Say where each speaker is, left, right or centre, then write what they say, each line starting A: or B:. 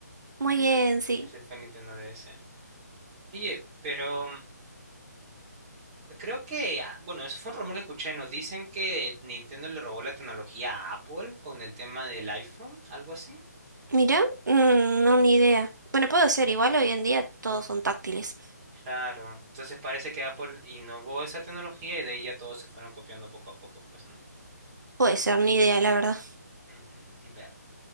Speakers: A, on the right; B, on the right.
A: Muy
B: Ese,
A: bien, sí.
B: ese fue el Nintendo DS. Oye, pero mm, creo que, ah, bueno, eso fue un rumor que escuché, ¿no? Dicen que Nintendo le robó la tecnología a Apple con el tema del iPhone, algo así.
A: Mira, mm, no, ni idea. Bueno, puede ser, igual hoy en día todos son táctiles.
B: Claro, entonces parece que Apple innovó esa tecnología y de ahí ya todos se fueron copiando poco a poco, pues, ¿no?
A: Puede ser, ni idea, la verdad.
B: Mm, ver,